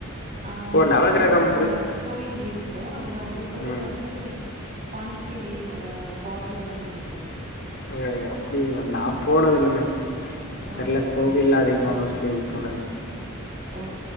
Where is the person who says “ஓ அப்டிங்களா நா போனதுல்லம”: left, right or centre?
Left